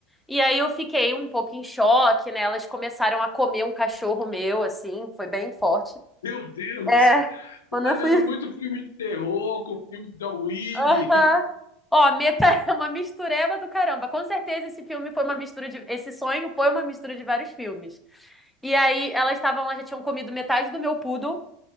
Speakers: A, in the centre; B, on the left.
A: E aí eu fiquei um pouco em choque, né? Elas começaram a comer um cachorro meu, assim, foi bem forte.
B: Meu Deus
A: É,
B: do céu. Você
A: quando
B: tá
A: eu fui.
B: vendo muito filme de terror com filme da Willy.
A: Aham. Ó, Meta <laughs> é uma mistureba do caramba. Com certeza esse filme foi uma mistura de... Esse sonho foi uma mistura de vários filmes. E aí elas estavam lá, já tinham comido metade do meu poodle.